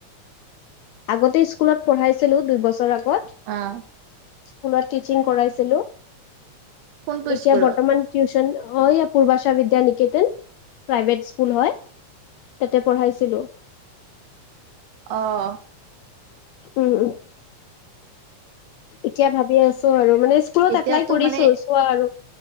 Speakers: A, on the left; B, on the right.
A: আগতে স্কুলত পঢ়াইছিলো দুইবছৰ আগত।
B: অঁ
A: ফোনত টিচিং কৰাইছিলো,
B: কোনটো
A: এতিয়া
B: স্কুলত
A: বৰ্তমান- টিউচন হয় পূৰ্বাশা বিদ্যা নিকেতন প্ৰাইভেট স্কুল হয়। তাতে পঢ়াইছিলোঁ
B: অ
A: উম উম এতিয়া ভাবি আছো আৰু মানে স্কুলত
B: এতিয়াতো
A: এপ্লাই কৰিছো
B: মানে
A: চোৱা আৰু